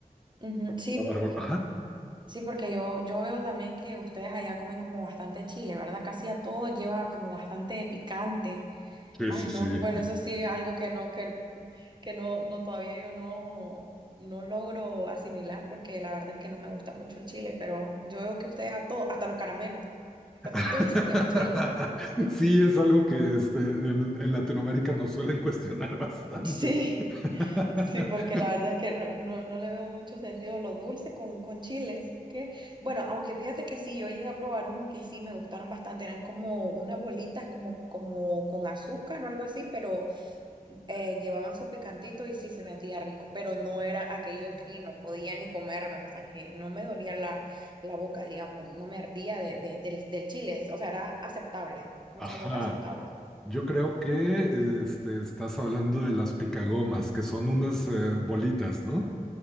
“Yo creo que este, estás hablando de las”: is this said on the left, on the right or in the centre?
Centre